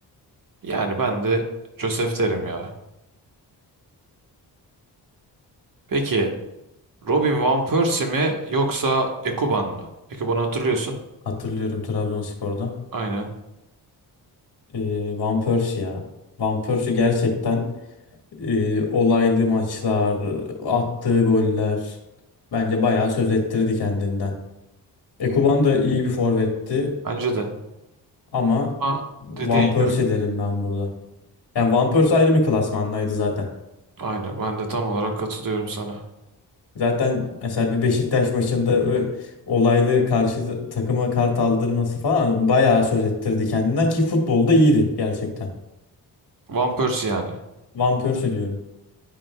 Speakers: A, on the right; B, on the left.
A: yani ben de Josef derim ya. Peki Robin Van Persie mi yoksa Ekuban mı? Ekuban'ı hatırlıyorsun.
B: Hatırlıyorum Trabzonspor'da.
A: Aynen.
B: Ee, Van Persie ya. Van Persie gerçekten e, olaylı maçlar, attığı goller bence bayağı söz ettirdi kendinden. Ekuban da iyi bir forvetti
A: Bence de.
B: ama
A: Ama
B: Van
A: dediğin
B: Persie
A: gibi.
B: derim ben burada. Yani Van Persie ayrı bir klasmandaydı zaten.
A: Aynen. Ben de tam olarak katılıyorum sana.
B: Zaten mesela bir Beşiktaş maçında ö- olaylı karşı takıma kart aldırması falan bayağı söz ettirdi kendinden ki futbolda iyiydi gerçekten.
A: Van Persie yani.
B: Van Persie diyorum.